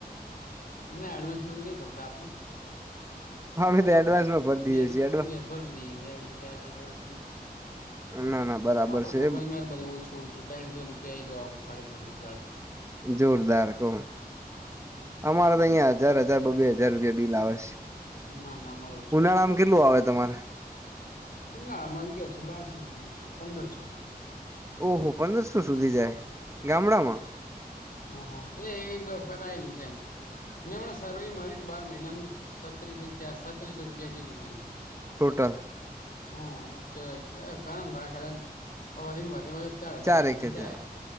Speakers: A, on the left (about 60°); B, on the right (about 15°).
A: અમને એડવાન્સમેન્ટ નહી ભડતા આપડે
B: અમે
A: પણ
B: તો એડવાન્સમાં ભરી દઈએ
A: રેગ્યુલર
B: છીએ એડવા
A: ભર દ ઈએ એડવાન્સ મા
B: ના ના બરાબર
A: આપણે
B: છે
A: ભગવાની મહેરબાની ઓછું ઓછું ત્રણસો રૂપિયા આઈ ગયો સાડા ત્રણસો ચારસો
B: જોરદાર કોણ અમારે તો અહિયાં હજાર હજાર બ બેહજાર રૂપિયા બિલ આવે છે.
A: ના ના મારું ઓછું
B: ઉનાળામાં
A: આવે
B: કેટલું આવે તમારે
A: ઉનાળામાં અગીયાર સો બારસો રૂપિયા પંદરસો
B: ઓહો પંદરસો સુધી જાય ગામડામાં
A: હ હા એટલે એક બે વખત આયુ છે એમ હમણા સરવેઈ મારી બાર મહિનાનું સત્રીસો ચાર સત્રીસો રૂપિયા થીયુ તું બીલ
B: ટોટલ
A: હમ ગણા ઘણા ખચ વધી વધીને ચાર હજાર
B: ચારેક
A: રૂપિયા જાય
B: હજાર